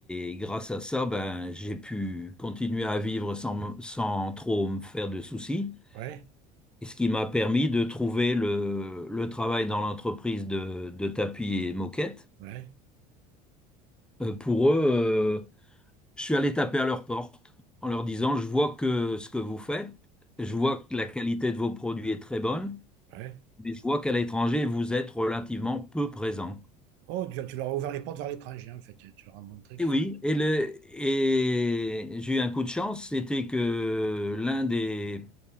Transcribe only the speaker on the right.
ouais,
ouais,
ouais,
ouais.
Oh, tu, tu leur as ouvert les portes vers l'étranger hein, en fait. Tu tu leur as montré qu'il
faut.